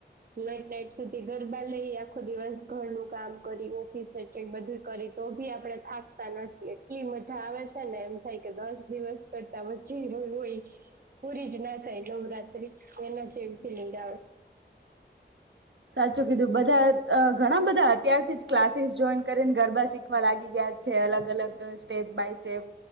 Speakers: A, on the right (about 55°); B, on the right (about 80°).
A: લેટ નાઈટ સુધી ગરબા લઈ આપ આખો દિવસ ઘરનું કામ કરી ઓફિસ સેટંગ બધું કરી તો ભી આપણે થાકતા નથી એટલી મજા આવે છે, ને એમ થાય કે દસ દિવસ કરતા જ હોય હોય પૂરી જ ના થાય નવરા એ નથી ફિમ ત
B: સાચું કીધું બધા ઘણા બધા અત્યારથી જ ક્લાસીસ જોઈન કરીને ગરબા શીખવા લાગી ગયા છે, અલગ અલગ સ્ટેપ બાય